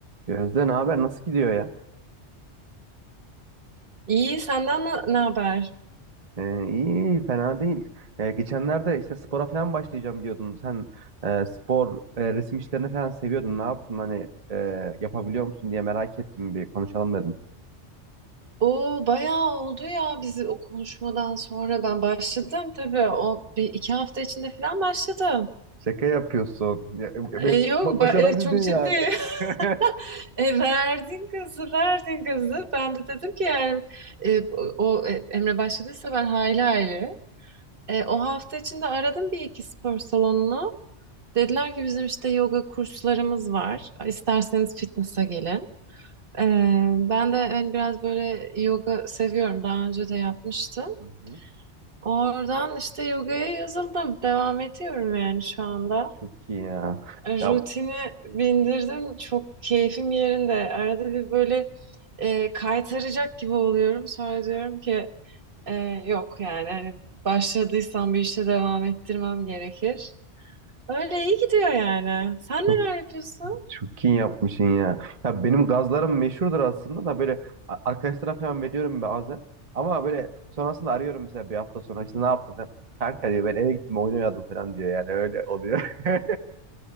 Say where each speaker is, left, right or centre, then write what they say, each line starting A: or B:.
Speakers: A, on the right; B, on the right.
A: Gözde ne haber? Nasıl gidiyor ya?
B: İyi, senden ne ne haber?
A: Ee, iyi, iyi, fena değil. Ee, geçenlerde işte spora falan başlayacağım diyordun. Sen e, spor, e, resim işlerini falan seviyordun. Ne yaptın? Hani e, yapabiliyor musun diye merak ettim. Bir konuşalım dedim.
B: O bayağı oldu ya bizi o konuşmadan sonra ben başladım tabii o bir iki hafta içinde falan başladım.
A: Şaka yapıyorsun. Ya, ba-
B: E, yok
A: ba- başarabildin
B: ba- e, çok ciddi.
A: yani.
B: <laughs>
A: <laughs>
B: E, verdin kızı, verdin kızı. Ben de dedim ki yani e, o e, Emre başladıysa ben hayli hayli. E, o hafta içinde aradım bir iki spor salonunu. Dediler ki bizim işte yoga kurslarımız var. İsterseniz fitness'a gelin. Ee, ben de hani biraz böyle yoga seviyorum. Daha önce de yapmıştım.
A: Hı hı.
B: Oradan işte yogaya yazıldım. Devam ediyorum yani şu anda.
A: Ay, çok iyi ya.
B: E,
A: Ya
B: Rutini bindirdim. Çok keyfim yerinde. Arada bir böyle e, kaytaracak gibi oluyorum. Sonra diyorum ki e, yok yani hani başladıysam bir işe devam ettirmem gerekir. Öyle iyi gidiyor yani. Sen neler
A: çok
B: yapıyorsun?
A: Çok iyi yapmışsın ya. Ya benim gazlarım meşhurdur aslında da böyle a- arkadaşlara falan veriyorum bazen. Ama böyle sonrasında arıyorum mesela bir hafta sonra işte ne yaptın falan. Kanka diyor ben eve gittim oyun oynadım falan diyor yani öyle oluyor. <laughs>